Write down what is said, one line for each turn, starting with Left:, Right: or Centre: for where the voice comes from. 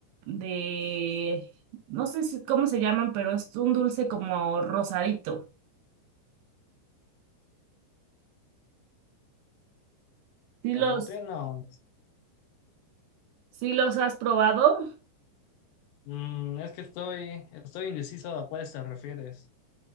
Right: mm, de, no sé si- cómo se llaman, pero es un dulce como rosadito. ¿Sí
Left: Camote,
Right: los,
Left: no.
Right: sí los has probado?
Left: Mm, es que estoy, estoy indeciso a cuáles te refieres.